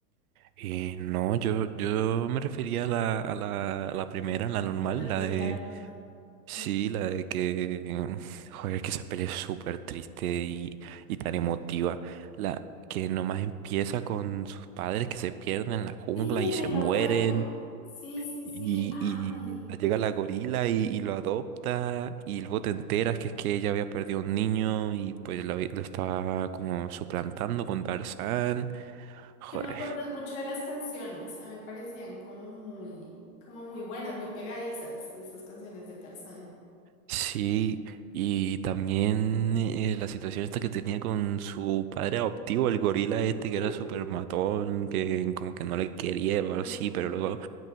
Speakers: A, on the right; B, on the left.
A: eh, no, yo, yo me refería a la, a la, a la primera, la normal,
B: La
A: la
B: primera,
A: de...
B: la normal.
A: Sí,
B: Ok.
A: la de que, joder, que esa peli es súper triste y, y tan emotiva. La que nomás empieza con sus padres que se pierden en la jungla
B: Sí, en
A: y se
B: el
A: mueren.
B: naufragio. Sí, sí,
A: Y,
B: sí. Ay,
A: y la- llega la gorila y, y lo adopta. Y luego te enteras que es que ella había perdido un niño y pues lo, había- lo estaba como suplantando con Tarzán. Joder,
B: yo me acuerdo mucho de las canciones. A mí me parecían como muy, como muy buenas, muy pegadizas esas canciones de Tarzán.
A: Sí, y también eh, la situación esta que tenía con su padre adoptivo, el gorila este
B: Ujú.
A: que era súper matón, que como que no le quería o algo
B: Ahora
A: así,
B: que vea.
A: pero luego,